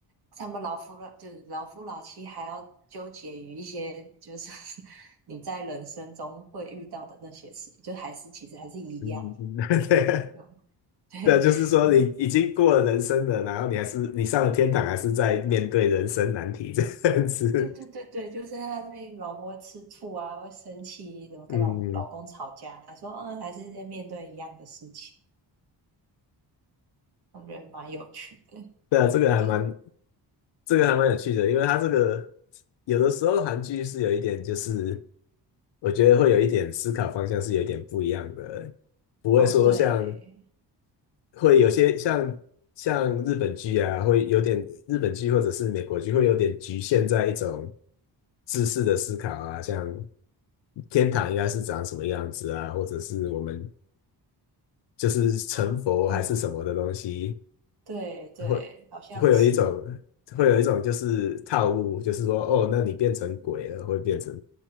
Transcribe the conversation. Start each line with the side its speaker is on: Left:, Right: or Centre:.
Right: 他们老夫老就是老夫老妻还要纠结于一些就是 <laughs> 你在人生中会遇到的那些事情，就还是其实还是一样。
Left: 嗯，嗯嗯 <laughs> 对，
Right: 对啊，<laughs>
Left: 对，就是说你已经过了人生了，
Right: 嗯，
Left: 然后你还是你上了天堂，还是在面对人生难题这样子。
Right: 对对对对，就是他那老婆会吃醋啊，会生气，怎么跟老婆老公吵架啊，
Left: 嗯，
Right: 他说嗯，还是在面对一样的事情，我觉得蛮有趣的。
Left: 对啊，这个还蛮
Right: 就是
Left: 这个还蛮有趣的，因为它这个有的时候韩剧是有一点，就是我觉得会有一点思考方向是有一点不一样的，不会说像
Right: 哦，对。
Left: 会有些像像日本剧啊，会有点日本剧或者是美国剧会有点局限在一种知识的思考啊，像天堂应该是长什么样子啊，或者是我们就是成佛还是什么的东西。
Right: 好，哦，对对，
Left: 会
Right: 好像是，
Left: 会有一种会有一种就是套路，就是说哦，那你变成鬼了，会变成